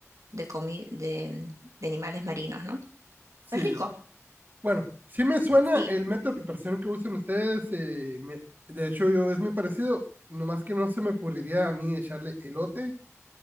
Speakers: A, on the right; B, on the right.
A: de, comi- de, de animales marinos, ¿no?
B: Sí.
A: Es rico.
B: Bueno, sí me suena
A: Sí.
B: el método de preparación que usan ustedes. eh, me- de hecho, yo es muy parecido. Nomás que no se me ocurriría a mí echarle elote